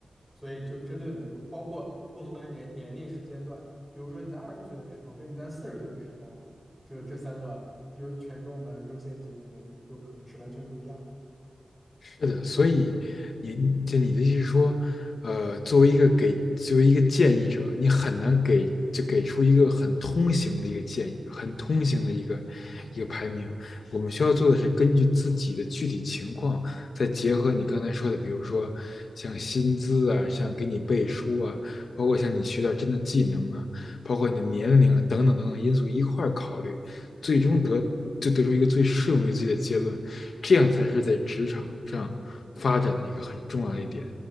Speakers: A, in the centre; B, on the left (about 75°).
A: 所以就针对每一个，包括不同的年年龄时间段，比如说你在二十岁的时候，跟你在四十岁的时候，这这三个优权重的优先级肯定就可能是完全不一样的。
B: 是的，所以你你就你的意思是说，呃，作为一个给作为一个建议者，你很难给就给出一个很通行的一个建议，很通行的一个一个排名。我们需要做的是根据自己的具体情况，再结合你刚才说的，比如说像薪资啊，像给你背书啊，包括像你学到真的技能啊，包括你的年龄啊等等等等因素一块儿考虑。最终得就得出一个最适用于自己的结论，这样才是在职场上发展的一个很重要的一点。